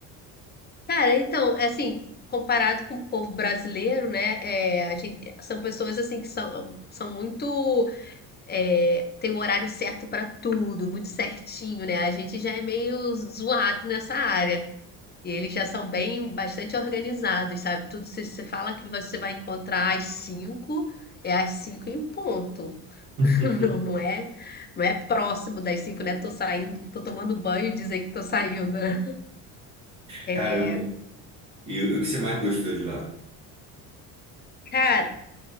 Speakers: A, on the left (about 25°); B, on the right (about 60°).
A: Cara, então, é assim, comparado com o povo brasileiro, né, é, a gente, são pessoas, assim, que são, são muito, é, tem um horário certo para tudo, muito certinho, né, a gente já é meio zoado nessa área, e eles já são bem, bastante organizados, sabe, tudo, se você fala que você vai encontrar às cinco, é às cinco e ponto,
B: <laughs>
A: <laughs> não, não é, não é próximo das cinco, né, tô saindo, tô tomando banho e dizer que tô saindo, né? É,
B: Caramba. E o o que você mais gostou de lá?
A: cara,